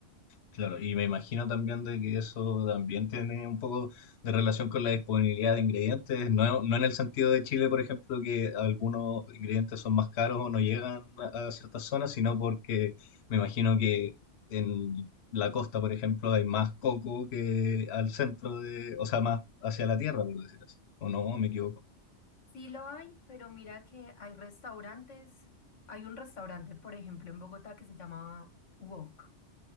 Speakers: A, on the left; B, on the left.
A: Claro, y me imagino también de que eso también tiene un poco de relación con la disponibilidad de ingredientes, no, no en el sentido de Chile, por ejemplo, que algunos ingredientes son más caros o no llegan a ciertas zonas, sino porque me imagino que en la costa, por ejemplo, hay más coco que al centro de, o sea, más hacia la tierra, por decir así. ¿O no? ¿Me equivoco?
B: Sí lo hay, pero mira que hay restaurantes, hay un restaurante, por ejemplo, en Bogotá que se llama Wok.